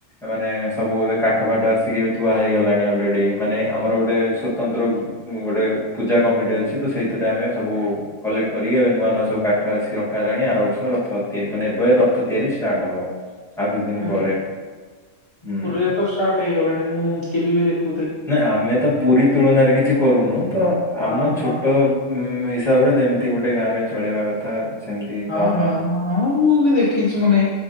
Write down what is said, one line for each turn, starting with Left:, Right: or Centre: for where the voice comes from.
Centre: ମାନେ ସବୁ ଏବେ କାଠ ଫଠ ଆସିକି ଥୁଆ ହେଇଗଲାଣି ଅଲରେଡି ମାନେ ଆମର ଗୋଟେ ସଵତନ୍ତ୍ର ଗୋଟେ ପୂଜା କମିଟି ଅଛି ସେଥିରେ ଆମେ ସବୁ କଲେ ସବୁ କାଠ ଆସିକି ରଖ ହେଲାଣି ଆର ବର୍ଷ ରଥ ତିଆରି ମାନେ ଏବେ ରଥ ତିଆରି ଷ୍ଟାର୍ଟ ହବ ଆଉ କିଛି ଦିନ
Left: ଆଜଞା
Centre: ପରେ ହୁଁ
Left: ପୁରୀରେ ତ ଷ୍ଟାର୍ଟ ହେଇଗଲାଣି ମୁଁ ଟିଭି ବି ଦେଖୁ
Centre: ନା ଆମେ ତ ପୁରୀ ତୁଳନାରେ କିଛି କରୁନୁ ତ ଆମ
Left: ହଁ
Centre: ଛୋଟ
Left: ହଁ।
Centre: ହିସାବରେ ଯେମିତି ଗୋଟେ ଗାଁରେ ଚଳେଇବା କଥା ସେମିତି
Left: ହଁ
Centre: ନର୍ମାଲ
Left: ହଁ ହଁ ମୁଁ ବି ଦେଖିଛି ମାନେ